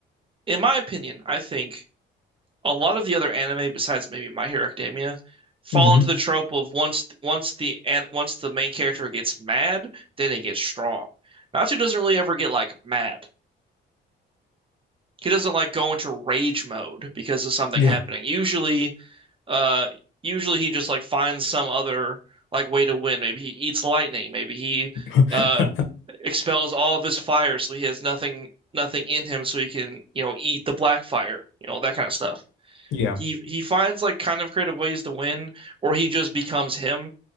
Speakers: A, on the right (about 25°); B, on the left (about 80°).
A: in my opinion, I think a lot of the other anime besides maybe My Hero Academia fall
B: hmm
A: into the trope of once once the an- once the main character gets mad, then he gets strong. Natsu doesn't really ever get like mad. He doesn't like go into rage mode because of something
B: Yeah.
A: happening. Usually Uh, usually he just like finds some other like way to win. Maybe he eats lightning. Maybe he
B: <laughs>
A: uh expels all of his fire so he has nothing nothing in him so he can, you know, eat the black fire, you know, that kind of stuff.
B: yeah.
A: He he finds like kind of creative ways to win, or he just becomes him,